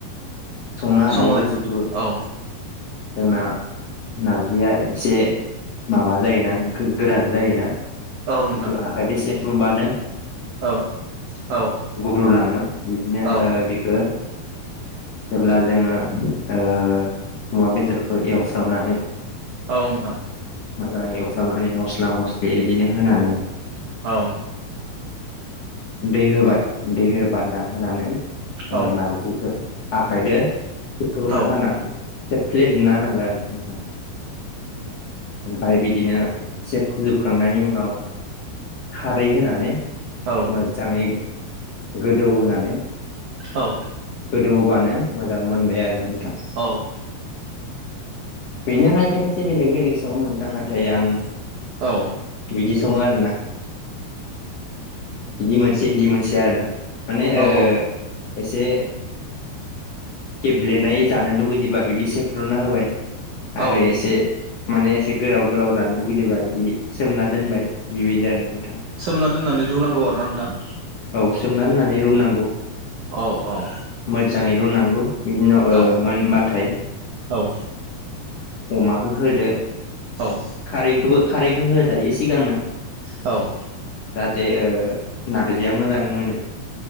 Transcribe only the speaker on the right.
संलाय
औ
औ नोंथां
औ औ
औ
औ नोंथां
औ
औ
औ
औ
औ।
औ।
औ।
औ
औ
औ
सोमना दोननानै रुनांगौ आरोना नोंथां‌।
औ औ।
औ
औ।
औ।
औ।